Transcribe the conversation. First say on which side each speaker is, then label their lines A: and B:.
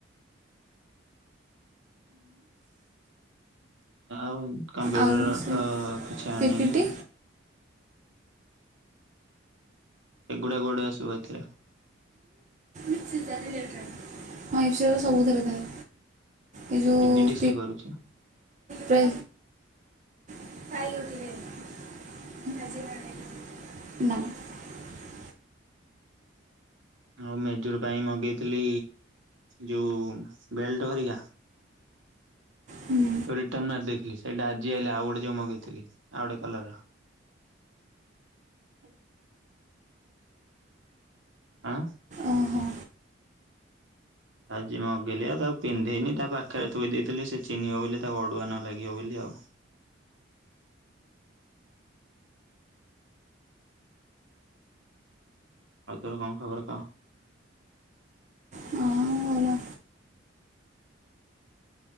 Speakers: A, on the right; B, on the right.
A: ଆଉ କମ୍ପ୍ୟୁଟର
B: ଆଉ ସେ
A: ତ କିଛି ଆଣିନି
B: ପିପିଟି
A: ଆଉ। ଏଗୁଡା ଗୋଡା କୁଆଡୁ ଆସିବ ଏଥିରେ।
B: <unintelligible> ସବୁ ଦିରେ ଥାଏ। ଏ ଯୋଉ
A: ପି ଜି ଡି ସି ଏ କରୁଛି।
B: ପ୍ରେ <unintelligible>
A: ଆଉ ମେଜୁର ପାଇଁ ମଗେଇଥିଲି ଯୋଉ ବେଲ୍ଟ ହେରିକା
B: ହୁଁ
A: ରିଟର୍ନ ମାରି ଦେଇଥିଲି ସେଇଟା ଆଜି ଆଇଲା ଆଉ ଗୋଟେ ଯୋଉ ମଗେଇଥିଲି ଆଉ ଗୋଟେ କଲର ର। ହ। <inaudible> ଆଁ।
B: ଓହୋ
A: ଆଜି ମଗେଇଲି ଆଉ ତାକୁ ପିନ୍ଧେଇନି ତା ପାଖରେ ଥୋଇ ଦେଇଥିଲି ସେ ଚିହ୍ନିବ ବୋଲି ତାକୁ ଅଡୁଆ ନ ଲାଗିବ ବୋଲି ଆଉ। <inaudible> ଆଉ ତୋର କଣ ଖବର କହ?
B: ହଁ ଭଲ।